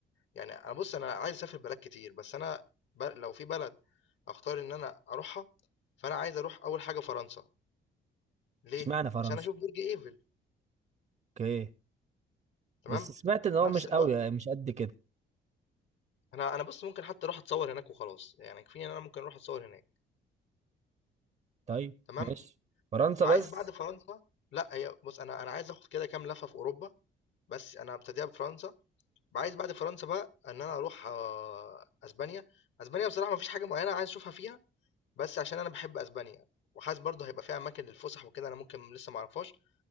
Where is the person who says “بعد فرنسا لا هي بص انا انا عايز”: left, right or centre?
Left